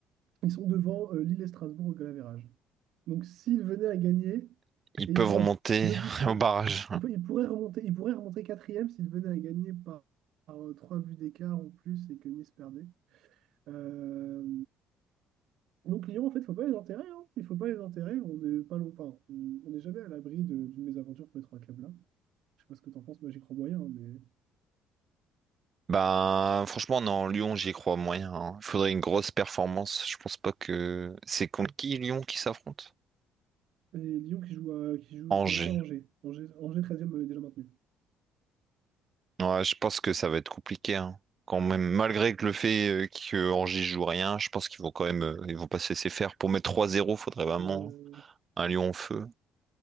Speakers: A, on the right; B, on the right.
A: ils sont devant euh, Lille et Strasbourg au goal average. Donc s'ils venaient à gagner,
B: Ils
A: et
B: peuvent
A: ils sont
B: remonter
A: à deux buts,
B: <laughs>
A: euh,
B: au barrage.
A: ils, peut- ils pourraient remonter, ils pourraient remonter quatrième s'ils venaient à gagner par, par, euh, trois buts d'écart ou plus et que Nice perdait. Euh, donc Lyon, en fait, il ne faut pas les enterrer. hein. Il ne faut pas les enterrer. On n'est pas loin- enfin, on on n'est jamais à l'abri de- d'une mésaventure pour les trois clubs-là. Je sais pas ce que t'en penses, moi j'y crois moyen, hein, mais.
B: Ben, franchement, non, Lyon, j'y crois moyen. hein. Il faudrait une grosse performance. Je pense pas que. C'est contre qui Lyon qui s'affronte?
A: Et Lyon qui joue à- qui joue,
B: Angers.
A: qui reçoit Angers. Angers, Angers 13 m'avait déjà maintenu.
B: Ouais, je pense que ça va être compliqué. hein. Quand même, malgré que le fait euh, que Angers joue rien, je pense qu'ils vont quand même, euh, ils vont pas se laisser faire. Pour mettre 3-0, faudrait vraiment
A: Euh,
B: un Lyon en feu.